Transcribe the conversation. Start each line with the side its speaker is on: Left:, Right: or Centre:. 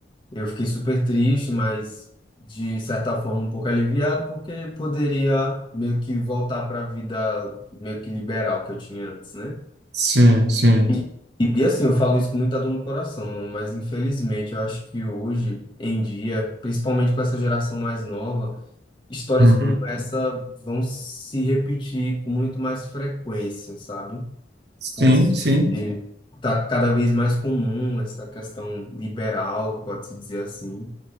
Left: Eu fiquei super triste, mas de certa forma um pouco aliviado, porque poderia meio que voltar para a vida meio que liberal que eu tinha antes, né?
Right: Sim, sim.
Left: E, e, e, assim, eu falo isso com muita dor no coração, mano, mas infelizmente eu acho que hoje em dia, principalmente com essa geração mais nova, histórias
Right: Uhum.
Left: como essa vão se repetir com muito mais frequência, sabe?
Right: Sim,
Left: porque
Right: sim.
Left: tá cada vez mais comum essa questão liberal, pode-se dizer assim.